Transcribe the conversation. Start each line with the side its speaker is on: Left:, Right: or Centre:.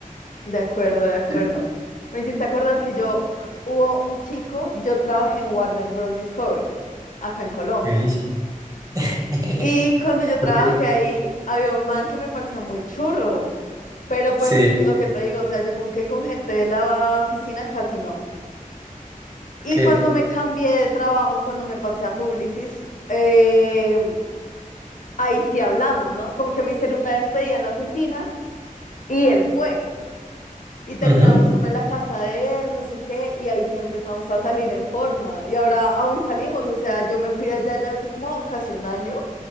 Left: De acuerdo, de acuerdo.
Right: <laughs>
Left: Me hiciste acordar que yo c- hubo un chico, yo trabajé en Warner Bros. Discovery, acá en Colombia.
Right: Sí. <laughs>
Left: Y cuando yo trabajé
Right: Ok,
Left: ahí, había un man que me parecía muy churro, pero pues
Right: sí,
Left: lo que te digo, o sea, yo como que con gente de la oficina casi no. Y
Right: ok.
Left: cuando me cambié de trabajo, cuando me pasé a Publicis, eh, ahí sí hablamos, ¿no? Como que me hicieron una despedida en la oficina y él fue. Y terminamos
Right: ujú,
Left: como en la casa de él, no sé qué, y ahí sí empezamos a salir en forma. Y ahora aún salimos, o sea, yo me fui allá ya hace como casi un año